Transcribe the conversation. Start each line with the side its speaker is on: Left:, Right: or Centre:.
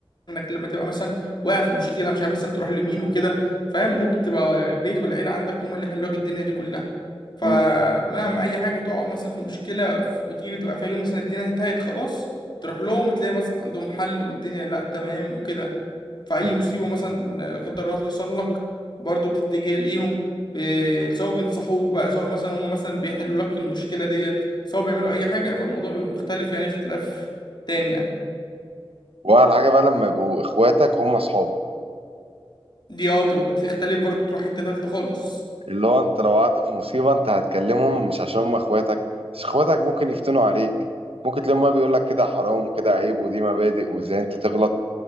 Left: انك لما تبقى مثلا واقع في مشكله مش عارف مثلا تروح لمين وكده فاهم ممكن تبقى البيت والعيله عندك هم اللي يحلوا لك الدنيا دي كلها فمهما
Right: مم.
Left: اي حاجه تقع مثلا في مشكله ف- وتيجي تبقى فاكر مثلا الدنيا انتهت خلاص تروح لهم تلاقي مثلا عندهم حل والدنيا لا تمام وكده فاي
Right: مم.
Left: مصيبه مثلا لا قدر الله تحصل لك برضه بتتجه ليهم ب- سواء بينصحوك بقى سواء مثلا هم مثلا بيحلوا لك المشكله ديت سواء بيعملوا اي حاجه فالموضوع بيبقى مختلف يعني اختلاف تام يعني
Right: واحلى حاجه بقى لما يبقوا اخواتك هم اصحابك
Left: دي اه بتبقى بتختلف برضه تروح حتة تالتة خالص
Right: اللي هو انت لو وقعت في مصيبة انت هتكلمهم مش عشان هم اخواتك بس اخواتك ممكن يفتنوا عليك ممكن تلاقيهم بقى بيقول لك كده حرام وكده عيب ودي مبادئ وازاي انت تغلط